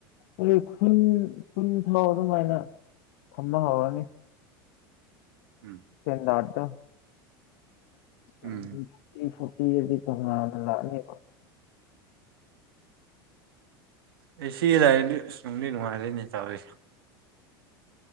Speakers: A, on the left (about 65°); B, on the right (about 85°).
A: ꯑꯗꯩ ꯈꯨꯟ ꯈꯨꯟꯐꯥꯎ ꯑꯗꯨꯃꯥꯏꯅ ꯊꯝꯕ ꯍꯧꯔꯅꯤ
B: ꯎꯝ
A: ꯐꯦꯟꯗꯥꯠꯇꯣ ꯈꯤꯇꯡꯗꯤ
B: ꯎꯝ
A: ꯄꯤꯁꯨ ꯄꯤꯔꯗꯤ ꯇꯣꯡꯉꯥꯟꯅ ꯂꯥꯛꯅꯦꯕ
B: ꯑꯩ ꯁꯤ ꯂꯩꯔꯗꯤ ꯑꯁ ꯅꯨꯡꯗꯤ ꯅꯨꯡꯉꯥꯏꯔꯅꯤ ꯇꯧꯔꯤꯁꯦ